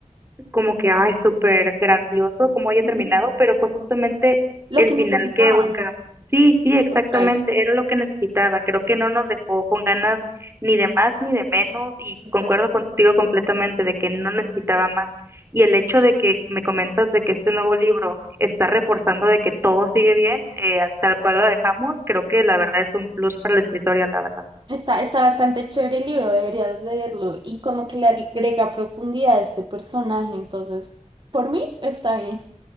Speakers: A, on the right; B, on the right.
A: como que, ay, súper grandioso cómo haya
B: Entonces,
A: terminado, pero fue justamente
B: Lo
A: el
B: que
A: final
B: necesitaba.
A: que buscábamos. Sí, sí, exactamente,
B: Total.
A: era lo que necesitaba. Creo que no nos dejó con ganas ni de más ni de menos y
B: total.
A: concuerdo contigo completamente de que no necesitaba más. Y el hecho de que me comentas de que este nuevo libro está reforzando de que todo sigue bien, eh, tal cual lo dejamos, creo que la verdad es un plus para la escritoria la verdad.
B: Está, está bastante chévere el libro, deberías leerlo. Y como que le agrega profundidad a este personaje, entonces, por mí está bien.